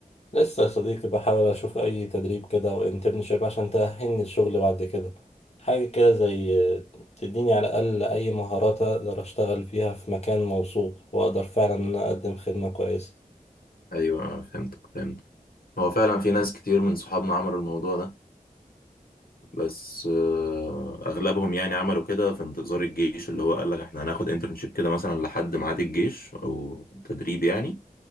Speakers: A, on the left (about 45°); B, on the left (about 80°).
A: لسه يا صديقي بحاول أشوف أي تدريب كده أو انترنشيب عشان تأهلني الشغل بعد كده حاجة كده زي تديني على الأقل أي مهارات أقدر أشتغل فيها في مكان موثوق وأقدر فعلا إن أنا أقدم خدمة كويسة
B: ايوه اه، فهمتك فهمت هو فعلا في ناس كتير من صحابنا عملوا الموضوع ده بس آه، اغلبهم يعني عملوا كده في انتظار الجيش اللي هو قال لك احنا هناخد انترنشيب كده مثلا لحد ميعاد الجيش او تدريب يعني